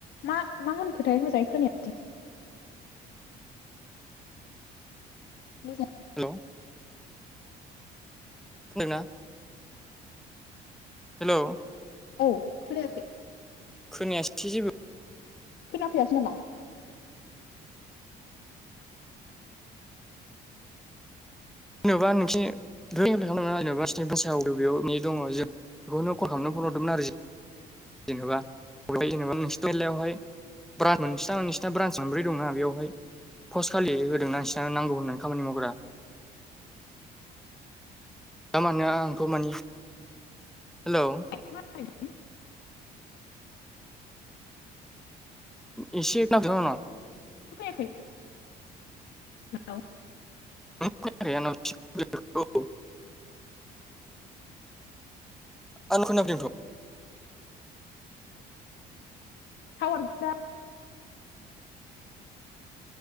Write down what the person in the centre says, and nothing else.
हेलौ खोनदोंना? हेल'!
खोनायासै जेबो।
जेनेबा नोंसि बे <unintelligible> खालामा जेनबा बेयावनि दङ <unintelligible> बेखौनो कल खालामनानै फन हरदोंमोन आरो जेनेबा जेनेबा नोंसिरनि मलायावहाय ब्रान मोनसेथां नोंसिना ब्रान्स मोनब्रै दङना बेवहाय पस्ट खालि होदों नोंसिना नांगौ होननानै खामानि मावग्रा। दा मा होन आंथ मानि हेलौ!
एसे <unintelligible>
<unintelligible> आंनाव खोनाफैदोंथ'।